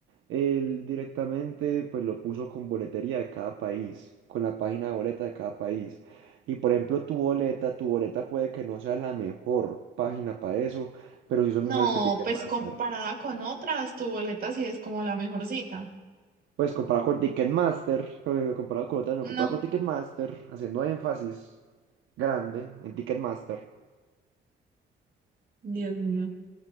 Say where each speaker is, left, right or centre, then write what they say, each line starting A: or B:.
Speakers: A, on the right (about 80°); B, on the right (about 50°).
A: él directamente pues lo puso con boletería de cada país, con la página de boleta de cada país. Y por ejemplo, tu boleta, tu boleta puede que no sea la mejor página para eso, pero sí son
B: No,
A: mejores que Ticketmaster.
B: pues comparada con otras, tu boleta sí es como la mejor cita.
A: Pues comparado con Ticketmaster, eh, comparado con otras, no,
B: No,
A: comparado con Ticketmaster, haciendo énfasis grande en Ticketmaster.
B: Dios mío,